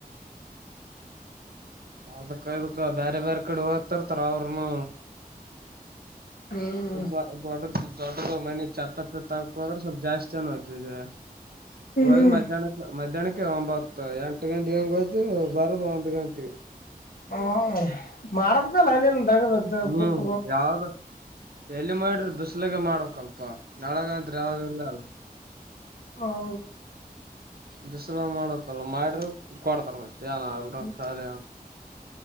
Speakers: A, on the right; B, on the left.
A: ಅದಕ್ಕ ಅದಕ್ಕ ಬೇರೆ ಬೇರೆ ಕಡೆ ಹೋಗ್ತರ್ತಾರ ಅವ್ರನು.
B: ಹ್ಮ್
A: ದ- ದೊಡ್ಡ ದೊಡ್ಡ ಮನೆ. ಚಛತ್ತ ಪಿತ್ತ ಹಾಕದ್ರೆ ಸ್ವಲ್ಪ ಜಾಸ್ತಿ ಅಏಯ್ತು ಇದೆ. ಹೋಗ
B: ಹ್ಮ್
A: ಮಧ್ಯಾಹ್ನಕ್ಕೆ ಮಧ್ಯಾಹ್ನಕ್ಕೆ ಒಂಬತ್ತು ಎಂಟ ಗೆ. ಟಂಗಗೆಯ್ ಬರೋದು ಅಂದು ಗಂಟೆ.
B: ಹ -ಮಾಡಬೇಕಲ್ಲ ಅಲ್ಲಿನ್ ತಗದ್ದ
A: ಹ್ಮ್
B: ಬುಟ್ಟ.
A: ಯಾವ್ದ ಎಲ್ಲಿ ಮಾಡ್ರಿ ಬಿಸ್ಲಗೆ ಮಾಡ್ಕ್ಲ್ಪ ನಾಳಗತ್ ಯಾವ್ದೂ ಇಲ ಅಲ್ಲ.
B: ಹೌ
A: ಬಸ್ರ ಮಾಡಕಲ್ಲ ಮಾಡ್ರ ಕೊಡ್ತಾರ ಮತ್ ಏನ ಅಲ್ರ
B: ಹ್ಮ್
A: ಖಾಲ